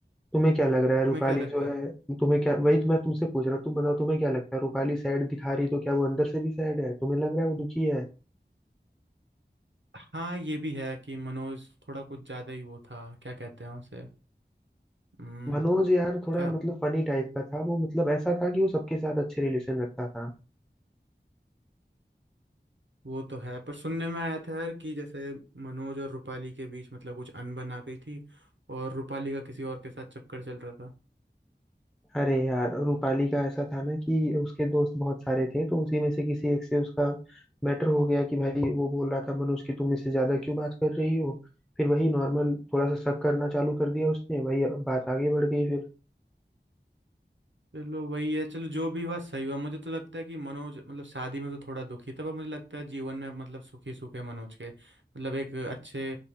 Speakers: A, in the centre; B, on the right (about 85°).
A: तुम्हें क्या लग रहा है
B: तुम्हें
A: रूपाली
B: क्या लगता
A: जो है
B: है
A: तुम्हें क्या वही तो मैं तुमसे पूछ रहा हूँ तुम बताओ तुम्हें क्या लगता है रूपाली सैड दिखा रही है, तो क्या वो अंदर से भी सैड है तुम्हें लग रहा है वो दुखी है
B: हाँ ये भी है कि मनोज थोड़ा कुछ ज्यादा ही वो था क्या कहते हैं उसे हम्म,
A: मनोज यार थोड़ा
B: क्या
A: मतलब फनी टाइप का था वो मतलब ऐसा था कि वो सबके साथ अच्छे रिलेशन रखता था
B: वो तो है पर सुनने में आया था यार कि जैसे मनोज और रूपाली के बीच मतलब कुछ अनबन आ गई थी और रूपाली का किसी और के साथ चक्कर चल रहा था
A: अरे यार रूपाली का ऐसा था ना कि उसके दोस्त बहुत सारे थे तो उसी में से किसी एक से उसका मैटर हो गया कि भाई वो बोल रहा था मनोज कि तुम इससे ज्यादा क्यों बात कर रही हो फिर वही नॉर्मल थोड़ा सा शक करना चालू कर दिया उसने वही बात आगे बढ़ गई फिर
B: चलो वही है चलो जो भी हुआ सही हुआ मुझे तो लगता है कि मनोज मतलब शादी में तो थोड़ा दुखी था पर मुझे लगता है जीवन में मतलब सुखी सुख है मनोज के मतलब एक अच्छे